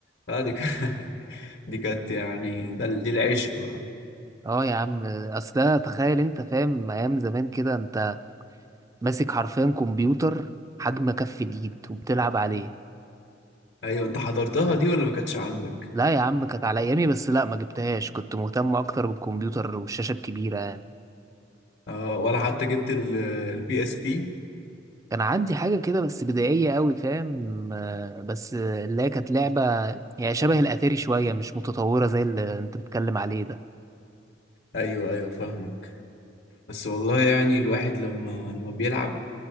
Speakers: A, on the left; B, on the right.
A: لا دي ك... <laughs> دي كانت يعني ده دي العشق بقى
B: اه يا عم اصل ده تخيل انت فاهم ايام زمان كده انت ماسك حرفيا كمبيوتر حجم كف الايد وبتلعب عليه
A: ايوه انت حضرتها دي ولا ما كانتش عندك
B: لا يا عم كانت على ايامي بس لا ما جبتهاش كنت مهتم اكتر بالكمبيوتر والشاشة الكبيرة
A: آه ولا حتى جبت البي اس بي
B: كان عندي حاجة كده بس بدائية قوي فاهم آه، بس آه، اللي هي كانت لعبة هي شبه الأتاري شوية مش متطورة زي اللي أنت بتتكلم عليه ده
A: ايوه ايوه فاهمك بس والله يعني الواحد لما لما بيلعب